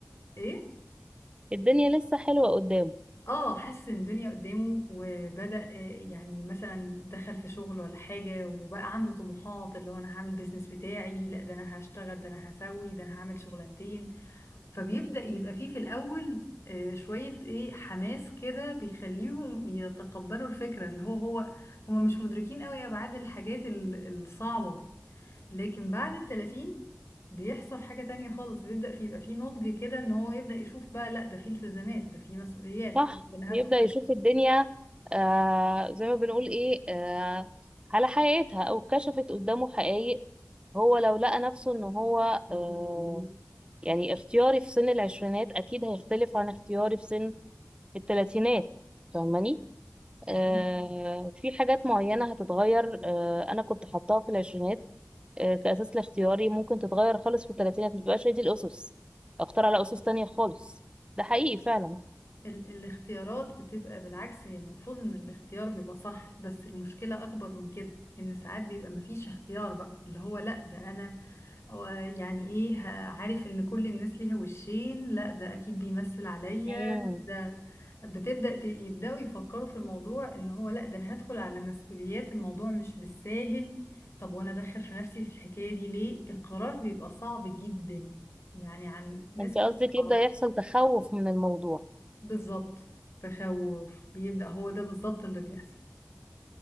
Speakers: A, on the left; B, on the right.
A: ايه
B: الدنيا لسه حلوه قدامه
A: اه حاسس ان الدنيا قدامه وبدأ آه، يعني مثلا دخل في شغل ولا حاجة وبقى عنده طموحات اللي هو انا هعمل بيزنس بتاعي لا ده انا هشتغل ده انا هسوي ده انا هعمل شغلانتين فبيبدأ يبقى فيه في الاول آه، شوية ايه حماس كده بيخليهم يتقبلوا الفكرة اللي هو هو هما مش مدركين قوي ابعاد الحاجات ال- الصعبة لكن بعد التلاتين بيحصل حاجة تانية خالص بيبدأ في يبقى في نضج كده ان هو يبدأ يشوف بقى لا ده في التزامات ده في مسؤوليات
B: صح
A: انا
B: يبدأ
A: هدخل
B: يشوف الدنيا آه زي ما بنقول ايه آه على حقيقتها او كشفت قدامه حقائق هو لو لقى نفسه ان هو آه يعني اختياري في سن العشرينات اكيد هيختلف عن اختياري في سن التلاتينات فاهماني آه
A: هم
B: في حاجات معينة هتتغير آه انا كنت حطاها في العشرينات آه كأساس لاختياري ممكن تتغير خالص في التلاتينات متبقاش هي دي الأسس اختار على أسس تانية خالص ده حقيقي فعلا
A: ال الاختيارات بتبقى بالعكس هي المفروض ان الاختيار بيبقى صح بس المشكلة اكبر من كده ان ساعات بيبقى مفيش اختيار بقى اللي هو لا ده انا هو يعني ايه ه- عارف ان كل الناس ليها وشين لا ده اكيد بيمثل عليا
B: مم.
A: لا ده بتبدأ ت- يبدأوا يفكروا في الموضوع ان هو لا ده انا هدخل على مسؤوليات الموضوع مش بالساهل طب وانا ادخل في نفسي في الحكاية دي ليه القرار بيبقى صعب جدا يعني عن ناس
B: انت
A: كتير
B: قصدك
A: تعرف
B: يبدأ يحصل تخوف من الموضوع
A: بالظبط تخوف بيبدأ هو ده بالظبط اللي بيحصل